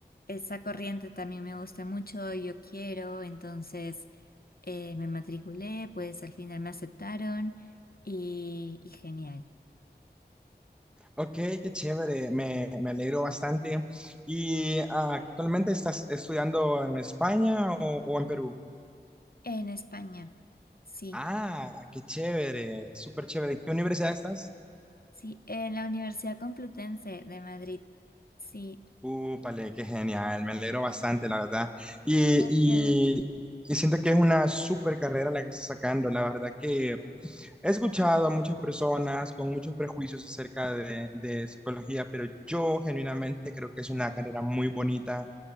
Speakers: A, on the left (about 60°); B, in the centre.
A: esa corriente también me gusta mucho, yo quiero. Entonces, eh, me matriculé, pues al final me aceptaron y, y genial.
B: Ok, qué chévere, me, me alegro bastante. ¿Y ah, actualmente estás estudiando en España o, o en Perú?
A: En España, sí,
B: Ah, qué chévere, súper chévere. ¿En qué universidad estás?
A: sí, en la Universidad Complutense de Madrid, sí.
B: Úpale, qué genial, me alegro bastante, la verdad. Y,
A: Gracias.
B: y, y siento que es una súper carrera la que está sacando, la verdad que he escuchado a muchas personas con muchos prejuicios acerca de, de psicología, pero yo genuinamente creo que es una carrera muy bonita,